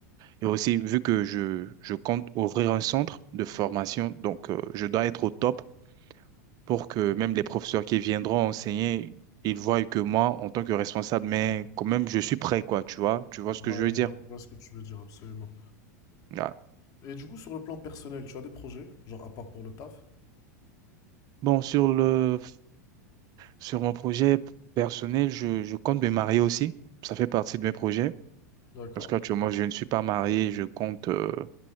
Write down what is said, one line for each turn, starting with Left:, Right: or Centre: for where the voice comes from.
Right: et aussi, vu que je, je compte ouvrir un centre de formation, donc euh, je dois être au top pour que même les professeurs qui viendront enseigner, ils voient que moi, en tant que responsable, mais quand même, je suis prêt, quoi, tu vois, tu vois ce que
Left: ouais,
Right: je veux dire.
Left: je vois ce que tu veux dire, absolument.
Right: Ah.
Left: Et du coup, sur le plan personnel, tu as des projets, genre à part pour le taf,
Right: Bon, sur le, sur mon projet p- personnel, je, je compte me marier aussi. Ça fait partie de mes projets.
Left: d'accord?
Right: Parce qu'actuellement, je ne suis pas marié, je compte euh,